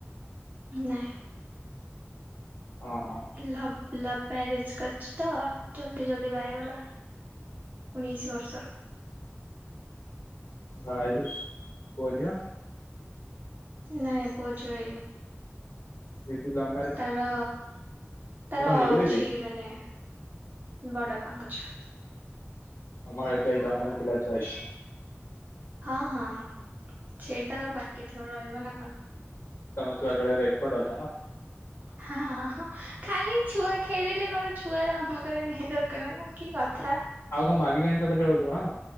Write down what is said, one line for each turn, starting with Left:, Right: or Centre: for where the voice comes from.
Right: ନାଇଁ
Left: ଓ ହଁ
Right: ଲଭ୍ ଲଭ୍ ମ୍ୟାରେଜ କରିଛି ତ ଜଲ୍ଦି ଜଲ୍ଦି ବାହା ହେଇଗଲା। ଉଣେଇଶ ବର୍ଷର
Left: ଆଉ ଯୁ ପୁଅ ଝିଅ?
Right: ନାଇଁ ପୁଅ ଝିଅ ହେଇନି।
Left: ଦିଦି ଲଭ
Right: ତାର ତାର
Left: ନିଜ
Right: ଅଛି
Left: ଦିଦି
Right: ମାନେ ବଡବାପାଙ୍କ ଝିଅ।
Left: ଆମର ଏବେ ଏଟା ଆମର ପିଲା ଛୁଆ ହେଇ
Right: ହଁ- ହଁ- ହଁ ସେଟା ଆଉ ବାକି ଥିବ ରହିବ ନା କଣ।
Left: ତମେ ଛୁଆ ଖେଳେଇ ବାରେ ଏକ୍ପପଟ୍ ଅଛ ନା।
Right: ହଁ- ହଁ ଖାଲି ଛୁଆ ଖେଳିଲେ କଣ ଛୁଆ ଜନ୍ମ କରିବା ନିହାତି ଦରକାର୍ ନା କଣ କି କଥା।
Left: ଆଉ କଣ ମାଗିକି ଆଣି ଚଲୋଉଚ ବୋଧେ ନାକଣ?